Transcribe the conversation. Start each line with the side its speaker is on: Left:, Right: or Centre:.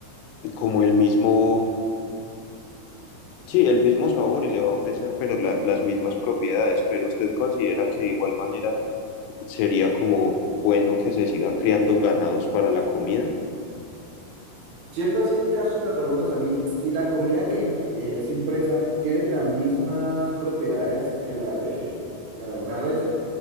Left: como el mismo, sí, el mismo sabor y le va a ofrecer, pero la- las mismas propiedades, pero usted considera que de igual manera sería como bueno que se sigan criando ganados para la comida.
Right: Siendo así el caso, si me lo preguntas a mí, si la comida que im- es impresa tiene las mismas propiedades que la de, la de una red,